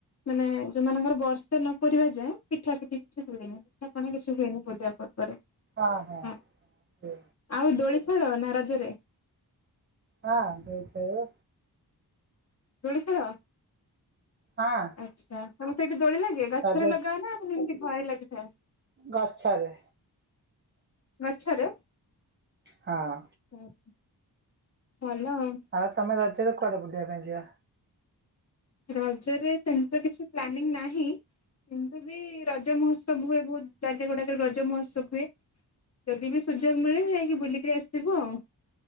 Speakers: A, on the left; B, on the right.
A: ମାନେ ସେମାନଙ୍କର ବର୍ଷେ ନ ପୁରିବା ଯାଏଁ ପିଠା ପିଠି କିଛି ହୁଏନି ପିଠା ପଣା କିଛି ହୁଏନି ପୂଜା ପର୍ବରେ।
B: ଅହ ଏମିତି।
A: ହଁ ଆଉ ଦୋଳି ଖେଳ ନା ରଜରେ?
B: ହଁ ଦୋଳି ଖେଳେ।
A: ଦୋଳି ଖେଳ?
B: ହଁ।
A: ଆଚ୍ଛା। ତମ ସେଇଠି ଦୋଳି ଲାଗେ ଗଛରେ
B: ରଜ
A: ଲଗାଅ ନାଁ ମାନେ ଏମିତି ଘରେ ଲାଗିଥାଏ?
B: ଗଛରେ।
A: ଗଛରେ?
B: ହଁ।
A: ଉଁ ଭଲ ଆଉ।
B: ଆଉ ତମେ ରଜରେ କୁଆଡେ ବୁଲିବା ପାଇଁ ଯିବ?
A: ରଜରେ ସେମିତି ତ କିଛି ପ୍ଲାନିଂ ନାହିଁ। ଏମିତି ବି ରଜ ମହୋତ୍ସବ ହୁଏ ବହୁତ୍ ଜାଗା ଗୁଡାକରେ ରଜ ମହୋତ୍ସବ ହୁଏ। ଯଦି ବି ସୁଯୋଗ ମିଳେ ଯାଇକି ବୁଲିକି ଆସିବୁ ଆଉ।